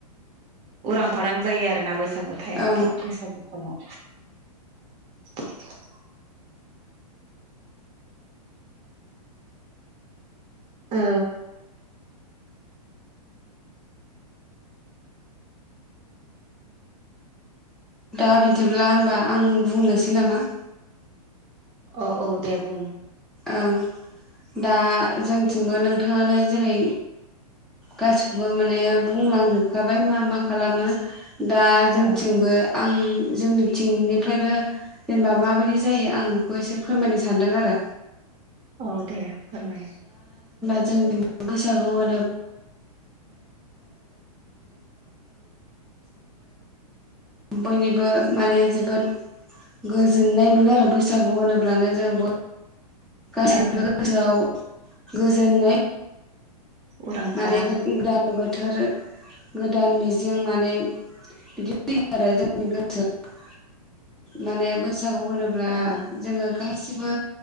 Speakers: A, on the right; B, in the centre.
A: उरां फारां जायो आरोना बै बैसागु टाइमफ्राव
B: औ
A: बैसागु <unintelligible> ओ
B: दा बिदिब्ला होमबा आं बुंनोसै नामा
A: अ औ दे बुं
B: औ दा जोंथिंबो नोंथाङानो जेरै गासिखौबो माने बुंलांजोबखाबाय मा मा खालामो दा जोंथिंबो
A: औ
B: ओं जोंनि थिंनिफ्रायबो जेनेबा माबायदि जायो आं बेखौ एसे फोरमायनो सानदों आरो
A: औ दे फोरमाय
B: <unintelligible> गासिनिबो बयनिबो माने जोबोर गोजोननाय मोनो आरो बैसागु होनोब्लानो जों ब गासैनिबो
A: ओ
B: गोसोआव गोजोननाय
A: उरां
B: माने
A: फारां
B: गोदान बोथ थोर गोदान मिजिं माने बिदि फैयो आरो जोंनि गोसोआव माने बैसागु होनोब्ला
A: ओ
B: जोङो गासिबो